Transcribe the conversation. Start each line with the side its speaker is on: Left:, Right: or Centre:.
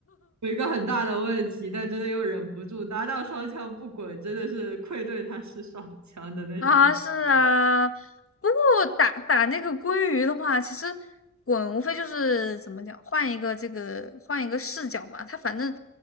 Right: 有一个很大的问题，但真的又忍不住拿到双枪不滚，真的是愧对他是双枪的那种感觉。
Left: 啊，是啊，不过打打那个鲑鱼的话，其实滚无非就是怎么讲，换一个这个换一个视角吧。它反正